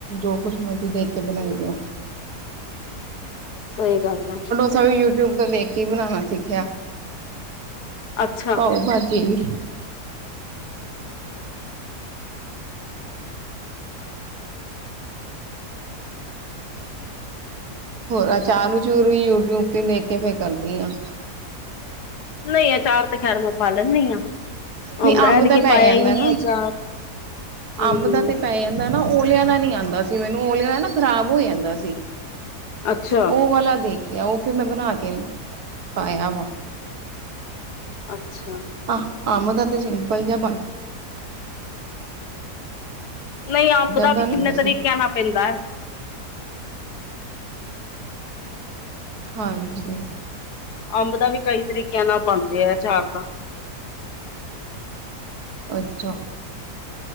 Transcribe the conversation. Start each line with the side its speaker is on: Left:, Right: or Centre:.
Right: ਜੋ ਕੁਛ ਮਰਜੀ ਦੇਖ ਕੇ ਬਣਾਈ ਜਾਓ।
Left: ਸਈ ਗੱਲ ਏ।
Right: ਚਲੋ ਯੂ ਟਿਊਬ ਤੋਂ ਦੇਖ ਕੇ ਹੀ ਬਣਾਉਣਾ ਸਿੱਖਿਆ।
Left: ਅੱਛਾ
Right: ਪਾਓ ਭਾਜੀੇ।
Left: <inaudible>
Right: ਹੋਰ ਆਚਾਰ ਅਚੂਰ ਵੀ ਯੂ ਟਿਊਬ ਤੇ ਦੇਖ ਕੇ ਫੇਰ ਕਰਦੀ ਆ।
Left: ਨਈ, ਆਚਾਰ ਤੇ ਖੈਰ ਮੈਂ ਪਾਂ ਲੈਣੀ ਆ।
Right: ਨਹੀਂ
Left: ਅੰਬ ਦਾ ਐਰਕੀ
Right: ਪੈ
Left: ਪਾਇਆ
Right: ਜਾਂਦਾ
Left: ਈ ਨੀ
Right: ਨਾ
Left: ਏ ਅਚਾਰ। ਹੂੰ।
Right: ਅੰਬ ਤੇ ਪੈ ਦਾ ਨਾ ਓਲੇਆਂ ਦਾ ਨੀ ਆਂਦਾ ਸੀ ਮੈਨੂੰ, ਓਲਿਆਂ ਦਾ ਨਾ ਖਰਾਬ ਹੋ ਜਾਂਦਾ ਸੀ।
Left: ਅੱਛਾ
Right: ਉਹ ਵਾਲਾ ਦੇਖਿਆ, ਉਹ ਫਿਰ ਮੈਂ ਬਣਾ ਕੇ ਪਾਇਆ ਵਾ।
Left: ਅੱਛਾ।
Right: ਆਹ, ਆਂਬ ਦਾ ਤੇ ਸਿੰਪਲ ਜਾ ਬਣ
Left: ਨਹੀਂ ਅੰਬ
Right: ਜਾਂਦਾ
Left: ਦਾ ਵੀ ਕਿੰਨੇ
Right: ਹੁੰਦਾ
Left: ਤਰੀਕਿਆਂ
Right: ਸੀ
Left: ਨਾਲ ਪੈਂਦਾ।
Right: ਹਾਂਜੀ
Left: ਅੰਬ ਦਾ ਵੀ ਕਈ ਤਰੀਕਿਆਂ ਨਾਲ ਪਾਂਦੇ ਆ ਆਚਾਰ ਤਾਂ
Right: ਅੱਛਾ